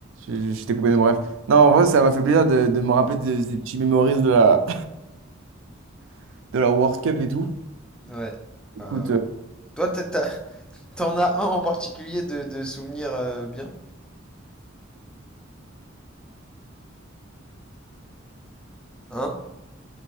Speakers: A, on the right; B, in the centre.
A: je, je t'ai coupé mes bref. Non, en vrai, ça m'a fait plaisir de, de me rappeler de, ces petits memories de la, <laughs> de la World Cup et tout.
B: Ouais.
A: Écoute,
B: Euh,
A: euh,
B: ouais. Toi, t'as- t'as- <laughs> t'en as un en particulier de, de souvenir euh, bien? Hein?